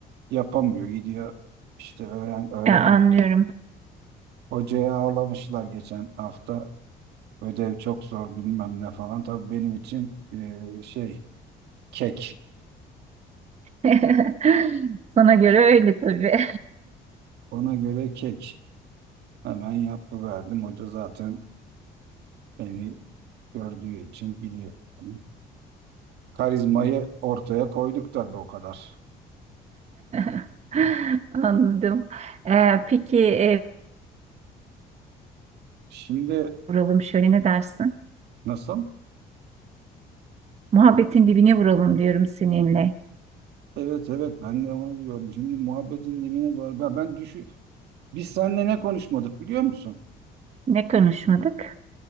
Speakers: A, on the right; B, on the right.
A: yapamıyor. Gidiyor işte öğren öğretmen
B: Ya, anlıyorum.
A: hocaya ağlamışlar geçen hafta. Ödev çok zor bilmem ne falan. Tabii benim için e, şey kek.
B: <laughs> Sana göre öyle tabii.
A: Ona göre kek. Hemen yapıverdim. Hoca zaten beni gördüğü için biliyor yani. Karizmayı ortaya koyduk tabii o kadar.
B: <laughs> Anladım. Ee, peki e,
A: Şimdi
B: vuralım şöyle ne dersin?
A: nasıl?
B: Muhabbetin dibine vuralım diyorum seninle.
A: Evet evet ben de onu diyorum. Şimdi muhabbetin dibine doğru. Ben, ben düşü biz seninle ne konuşmadık biliyor musun?
B: Ne konuşmadık?